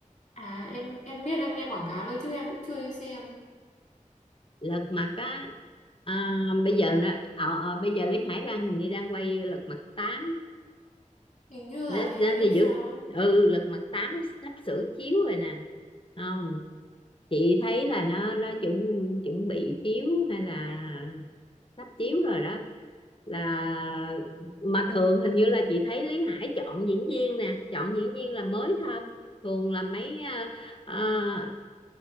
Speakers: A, on the left; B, on the left.
A: à em em biết em nghe quảng cáo thôi chứ em cũng chưa đi xem
B: lật mặt á à, bây giờ nó ờ, ờ, bây giờ Lý Hải đang hình như đang quay lật mặt tám
A: hình như là
B: nó,
A: thế
B: nó, nó
A: hay sao
B: giữ
A: ấy.
B: ừ lật mặt 8 nó sắp sửa chiếu rồi nè không chị thấy là nó nó chuẩn chuẩn bị chiếu hay là sắp chiếu rồi đó là mà thường hình như là chị thấy Lý Hải chọn diễn viên nè chọn diễn viên là mới không thường là mấy ờ, ờ,